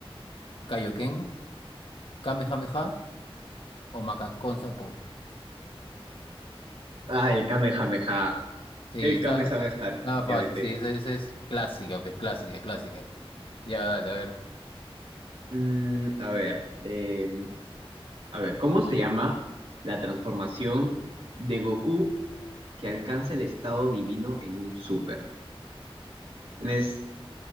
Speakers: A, on the left; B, on the right.
A: Kaioken, Kamehameha o Makakon Sapo?
B: Ah, el Kamehameha.
A: Sí,
B: El
A: está
B: Kamehameha, definitivamente.
A: nada fácil, sí, esa, esa es clásica, pues clásica, clásica. Ya, dale, a ver.
B: Mm, a ver, eh, a ver, ¿cómo se llama la transformación de Goku que alcanza el estado divino en un super? Tienes,